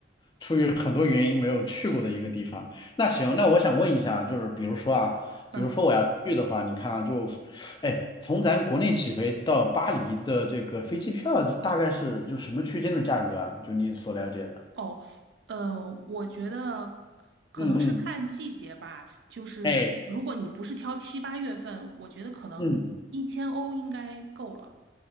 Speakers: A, on the left; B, on the right.
A: 出于很多原因没有去过的一个地方。那行，那我想问一下，就是比如说啊，
B: 嗯
A: 比如说我要去的话，你看啊，就哎，从咱国内起飞到巴黎的这个飞机票，就大概是就什么区间的价格啊？就你所了解的？
B: 哦，呃，我觉得可能是看季节吧。
A: 嗯嗯，
B: 就是如果你不是挑七八月份，
A: 哎，
B: 我觉得可能一千欧应该够了。
A: 嗯，